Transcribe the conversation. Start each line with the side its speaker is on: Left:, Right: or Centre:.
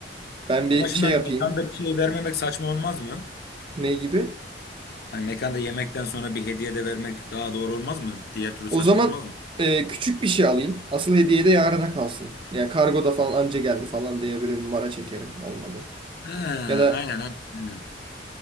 Right: Ben
Left: Ama
Right: bir
Left: şimdi
Right: şey
Left: hani
Right: yapayım.
Left: mekanda bir şey vermemek saçma olmaz mı?
Right: Ne gibi?
Left: Hani mekanda yemekten sonra bir hediye de vermek daha doğru olmaz mı? Diğer türlü
Right: O
Left: saçma
Right: zaman
Left: olmaz mı?
Right: e, küçük bir şey alayım. Asıl hediye de yarına kalsın. Yani kargoda falan anca geldi falan diye bir numara çekerim. Olmadı.
Left: He, aynen
Right: Ya da
Left: aynen. aynen.